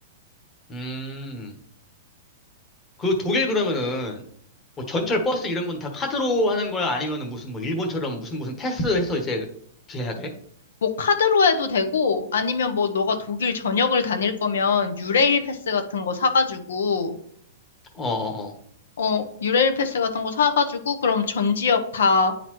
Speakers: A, on the left; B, on the left.
A: 음. 음. 그 독일 그러면은 뭐 전철 버스 이런 건 다 카드로 하는 거야? 아니면은 무슨 뭐 일본처럼 무슨 무슨 패스해서 이제 이렇게 해야 돼?
B: 뭐 카드로 해도 되고, 아니면 뭐 너가 독일 전역을 다닐 거면 유레일 패스 같은 거 사가지고,
A: 어어어.
B: 어, 유레일 패스 같은 거 사가지고, 그럼 전 지역 다